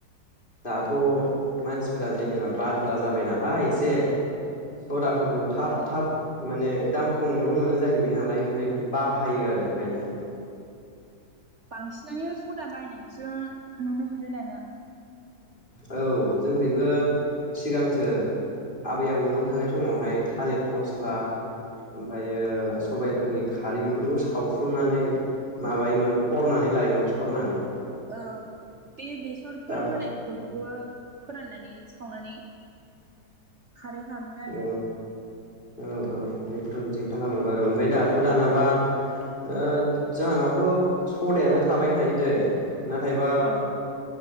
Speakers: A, on the left; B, on the right.
A: दाथ' मानसिफोरा जेनेबा बादुला जाबाय नालाय एसे सदाफोरखौ खौ थाब
B: औ
A: थाब माने दाम खमावनो मोनो जाहैबाय नालाय ओमफ्राय बाहायो आरो ओंखायनो
B: बांसिनानो सदा बायनायसो नुनो मोनो दाना।
A: औ जोंखिबो सिगांसो आबै आबौमोन थानाय समावहाय थालिर फस्ला ओमफ्रायो सबायफोरनि खारै बेफोरखौ सावथुमनानै माबायोमोन फरनानै लायोमोन सरनानै
B: औ बे बेसरफोर
A: दा
B: फोननाय फोराननानै सावनानै खारै खालामो आरो
A: औ औ औ बेखौथ' बिदि खालामो बार ओमफ्राय दाथ' दानाबा ओ जाहानावबो सदायानो थाबाय थायो दैे नाथायबा
B: औ